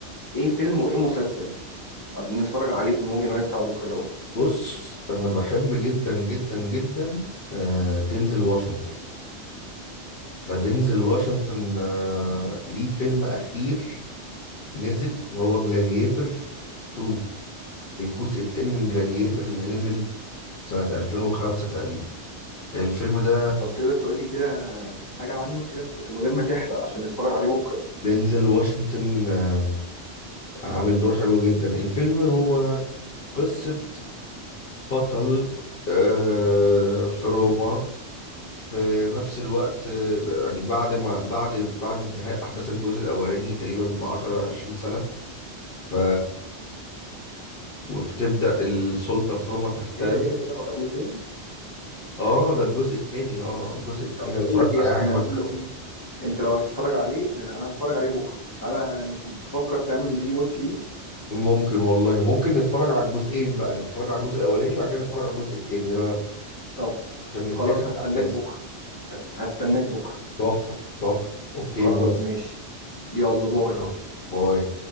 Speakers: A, on the left; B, on the left.
A: ايه فيلم وايه مسلسل نتفرج عليه في الموفي نايت بتاع بكرة دوت
B: بص أنا بحب جدا جدا جدا آه، دينزل واشنطن فدينزل واشنطن آه، ليه فيلم أخير نزل اللي هو جلاديتر 2 الجزء التاني من جلاديتر اللي نزل سنة 2005 تقريبا الفيلم ده
A: طب تقدر تقول لي كده حاجة عنه كده ب- من غير ما تحرق عشان نتفرج عليه بكرة
B: دينزل واشنطن آم، عامل دور حلو جدا الفيلم هو قصة بطل آه، في روما في نفس الوقت آه، يعني بعد ما بعد بعد انتهاء أحداث الجزء الأولاني تقريبا بعشرة عشرين سنة ف وبتبدأ السلطة في روما تحتل
A: ايه ده ايه ده ايه ده هو جزئين
B: اه ده الجزء التاني اه الجزء التاني
A: طب
B: لو
A: بقول
B: اتفرجت
A: لك ايه
B: عليه
A: احنا
B: هيعجبك
A: نعمل له
B: أوي.
A: انت انت لو هتتفرج عليه انا أنا هتفرج عليه بكرة تعالى مش بتفكر تعمل ري واتش ليه
B: ممكن والله ممكن نتفرج على الجزئين بقى نتفرج على الجزء الاولاني وبعد كده نتفرج على الجزء التاني ايه رايك
A: طب
B: عشان نفتكر
A: خلاص هستناك
B: الاحداث
A: بكرة هستناك بكرة
B: تحفه تحفه اوكي
A: خلاص
B: موافق
A: ماشي يلا باي
B: آه. باي